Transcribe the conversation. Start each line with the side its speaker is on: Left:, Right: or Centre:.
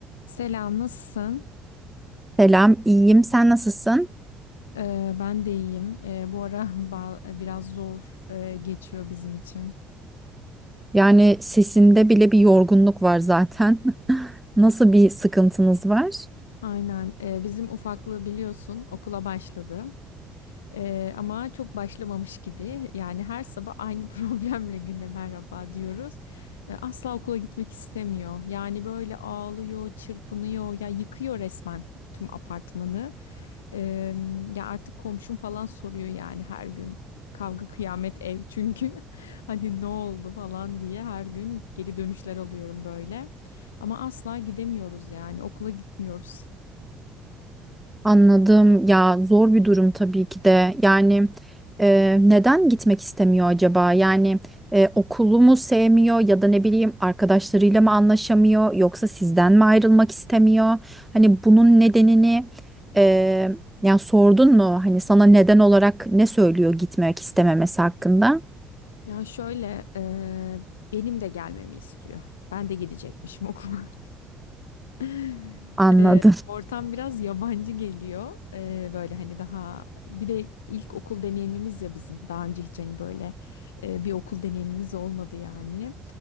Left: Selam, nasılsın?
Centre: Selam, iyiyim. Sen nasılsın?
Left: Ee, ben de iyiyim. Ee, bu ara <laughs> ba- biraz zor e, geçiyor bizim için.
Centre: Yani sesinde bile bir yorgunluk var zaten. <laughs> Nasıl bir sıkıntınız var?
Left: Aynen, e, bizim ufaklığı biliyorsun okula başladı. Ee, ama çok başlamamış gibi. Yani her sabah aynı <laughs> problemle güne merhaba diyoruz. Ee, asla okula gitmek istemiyor. Yani böyle ağlıyor, çırpınıyor, ya yıkıyor resmen tüm apartmanı. Ee, ya artık komşum falan soruyor yani her gün. Kavga kıyamet ev çünkü <laughs> hani ne oldu falan diye her gün geri dönüşler alıyorum böyle. Ama asla gidemiyoruz yani okula gitmiyoruz.
Centre: Anladım. Ya zor bir durum tabii ki de. Yani e, neden gitmek istemiyor acaba? Yani e, okulu mu sevmiyor ya da ne bileyim arkadaşlarıyla mı anlaşamıyor yoksa sizden mi ayrılmak istemiyor? Hani bunun nedenini e, yani sordun mu? Hani sana neden olarak ne söylüyor gitmek istememesi hakkında?
Left: Ya şöyle eee, benim de gelmemi istiyor. Ben de gidecekmişim okula. <laughs>
Centre: Anladım.
Left: Eee, ortam biraz yabancı geliyor. Eee, böyle hani daha bir de ilk okul deneyimimiz ya bizim. Daha önce hiç hani böyle eee, bir okul deneyimimiz olmadı yani.